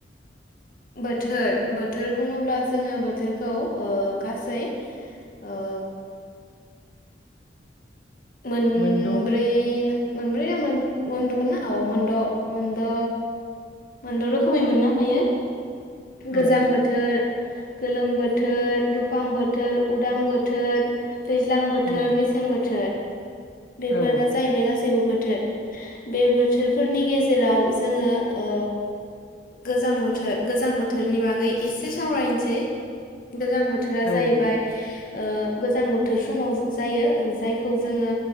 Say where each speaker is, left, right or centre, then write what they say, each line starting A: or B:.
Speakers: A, on the left (about 50°); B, on the left (about 85°).
A: बोथोर बोथोर बुङोब्ला जोङो बोथोरखौ ओ गासै ओ मोनब्रै
B: मोनद' ओ
A: नो मोनब्रै ना मोन, मोन्द' मोनना? औ मोनद' मोनद' मोनद' रोखोमै मोननो हायो। गोजां
B: औ
A: बोथोर गोलोम बोथोर, दुफां बोथोर, उदां बोथोर दैज्लां बोथोर,
B: उम
A: मेसें बोथोर। बेफोर
B: औ
A: जाहैबाय गासै बो बोथोर बे बोथोरफोरनि गेजेराव जोङो ओ गोजां बोथोर गोजां बो थोरनि बागै एसे सावरायनोसै। गोजां बोथोरा जाहैबाय
B: औ
A: ओ गोजां बोथोर समाव जायो जायखौ जोङो